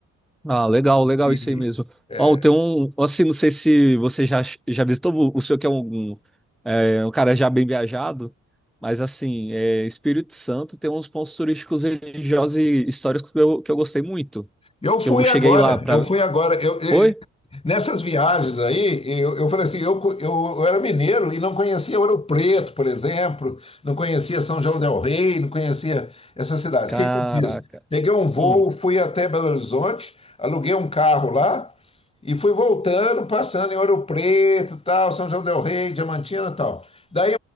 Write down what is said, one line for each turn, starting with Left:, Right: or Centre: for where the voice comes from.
Centre: Ah, legal, legal
Left: E-
Centre: isso aí mesmo.
Left: é,
Centre: Ó, tem um, assim, não sei se você já, já visitou o o senhor que é um, um, é, um cara já bem viajado, mas assim, é, Espírito Santo tem uns pontos turísticos religiosos e históricos que eu, que eu gostei muito.
Left: eu fui
Centre: Que eu cheguei
Left: agora,
Centre: lá pra.
Left: eu fui agora. Eu, eh,
Centre: Oi?
Left: Nessas viagens aí, eu, eu falei assim, eu, co- eu, eu era mineiro e não conhecia Ouro Preto, por exemplo, não conhecia São
Centre: S-
Left: João del Rei, não conhecia essa cidade.
Centre: Caraca.
Left: O que que eu fiz? Peguei um voo,
Centre: Hum,
Left: fui até Belo Horizonte, aluguei um carro lá e fui voltando, passando em Ouro Preto, tal, São João del Rei, Diamantina, e tal. Daí,